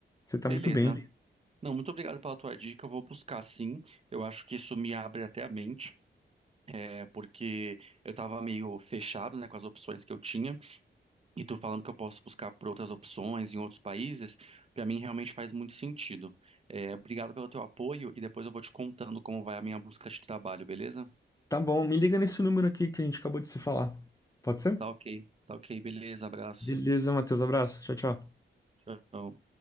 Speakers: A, on the left (about 15°); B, on the right (about 30°).
A: Você tá
B: Beleza.
A: muito bem.
B: Não, muito obrigado pela tua dica. Eu vou buscar sim. Eu acho que isso me abre até a mente. É porque eu tava meio fechado, né, com as opções que eu tinha, e tu falando que eu posso buscar por outras opções em outros países, pra mim realmente faz muito sentido. É, obrigado pelo teu apoio e depois eu vou te contando como vai a minha busca de trabalho, beleza?
A: Tá bom, me liga nesse número aqui que a gente acabou de se falar. Pode ser?
B: Tá ok, tá ok, beleza, abraço.
A: Beleza, Matheus. Abraço. Tchau, tchau.
B: Tchau.